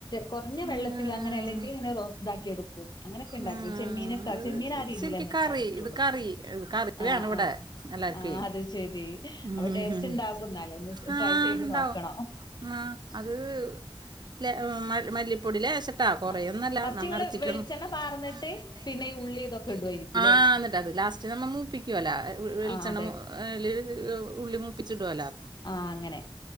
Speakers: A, on the left; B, on the right.
A: കുറഞ്ഞ വെള്ളത്തിൽ
B: വെള്ളത്തില്
A: അങ്ങനെ അല്ലെങ്കിൽ
B: അല്ലെ
A: ഇങ്ങനെ റോസ്ഡാക്കി എടുക്കും. അങ്ങനെയൊക്കെ ഉണ്ടാക്കി
B: ഉം
A: ചെമ്മീനൊക്കെ
B: ഇത്
A: ചെമ്മീൻ ആ
B: ഇത്
A: രീതിൽ
B: ശരിക്ക്
A: തന്നെ
B: കറി
A: ഉണ്ടാക്കിട്ടുള്ളു
B: ഇത് കറി ഇത് കറി
A: ആഹ്
B: വേണം ഇവിടെ
A: ആഹ്
B: എല്ലാർക്കുവേ
A: ആഹ് അത് ശെരി അപ്പ
B: ഉം
A: ടേസ്റ്റ് ഉണ്ടാകും എന്നാൽ ഒന്ന്
B: ആഹ്
A: ട്രൈ ചെയ്ത്
B: ഇണ്ടാവും
A: നോക്കണം.
B: ആഹ് അത്ലേ മല്ലിപ്പൊടി ലേശം ട്ടാ കുറയൊന്നല്ല
A: ആ ഫസ്റ്റ്
B: നാം
A: നിങ്ങള്
B: <unintelligible>
A: വെളിച്ചെണ്ണ പാർന്നിട്ട് പിന്നെ ഈ ഉള്ളി ഇതൊക്കെ ഇടുവായിരിക്കുംല്ലേ
B: ആഹ് എന്നിട്ട് അത് ലാസ്റ്റ് നമ്മൾ മൂപ്പിക്കുവല്ലോ വെളിച്ചെണ്ണ
A: ആ അതെ
B: മു അതിൽ ഉള്ളിമൂപ്പിച്ചിടൊലോ
A: ആഹ് അങ്ങനെ